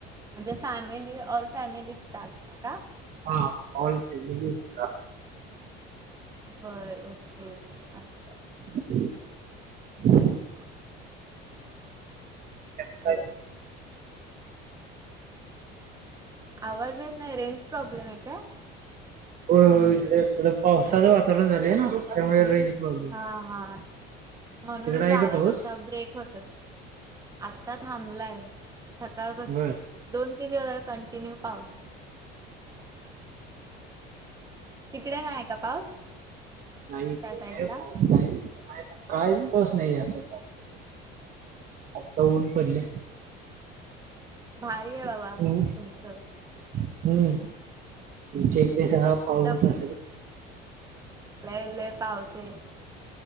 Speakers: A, on the right (about 15°); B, on the right (about 45°).
A: म्हणजे फॅमिली ऑल फॅमिली तिथ असता का?
B: हा ऑल फॅमेली हित असतो.
A: बर. ओके
B: <unintelligible>
A: चालतंय. <unintelligible>
B: कायच.
A: हॅलो आवाज येत नाही रेंज प्रॉब्लेम आहे काय?
B: होय होय इकडं थोडं पावसाचं वातावरण झालेय ना त्यामुळे रेंज प्रॉब्लेम.
A: हा हा म्हणूनच
B: तिकडं आहे
A: आवाज
B: का पाऊस?
A: आसा ब्रेक होतोय. आता थांबलाय. सकाळ पासून
B: बर.
A: दोन तीन दिवस कंटिन्यू पाऊस तिकडे नाही का पाऊस
B: नाही
A: त्या
B: नाही
A: साईडला
B: पाऊस काय नाही. कायच पाऊस नाही या साइडला, आता ऊन पडले.
A: भारी आहे बाबा
B: हम्म.
A: तुमच.
B: हम्म, तुमच्या एकडे सगळा पाऊूसच
A: इथं
B: असेल.
A: लय लय पावसे.